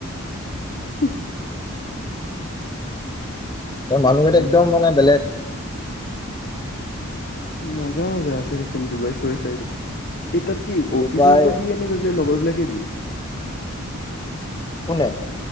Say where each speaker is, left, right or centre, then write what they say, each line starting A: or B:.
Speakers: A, on the left (about 45°); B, on the left (about 20°).
A: <inaudible>
B: ত মানুহকেইটা,
A: ভাল
B: একদম মানে বেলেগ।
A: মজা মজা আছে চোন ডুবাই, চুবাই চাইডে। এই তাত কি
B: ডুবাই
A: অফিচৰ পৰা দিয়েনে, নে লগৰ দে
B: কোনে?